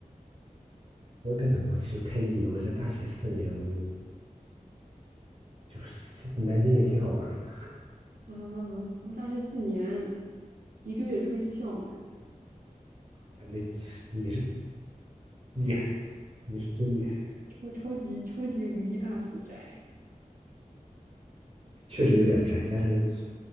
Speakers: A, on the right (about 45°); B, on the right (about 85°).
A: 我可能我是太 E 了，我这大学四年我就就是南京也挺好玩的。
B: 啊，我大学四年，一个月出一次校门，
A: 啊那你是厉害，你是真厉害，
B: 超超级超级无敌大死宅。
A: 确实有点宅，但是